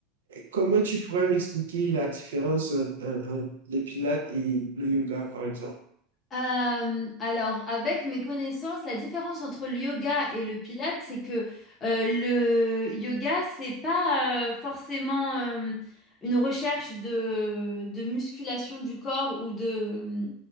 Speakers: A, on the right (about 85°); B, on the left (about 30°).
A: Comment tu pourrais m'expliquer la différence euh, entre les pilates et le yoga, par exemple?
B: Euh, alors, avec mes connaissances, la différence entre le yoga et le pilate, c'est que euh, le yoga, c'est pas euh, forcément euh, une recherche de, de musculation du corps ou de,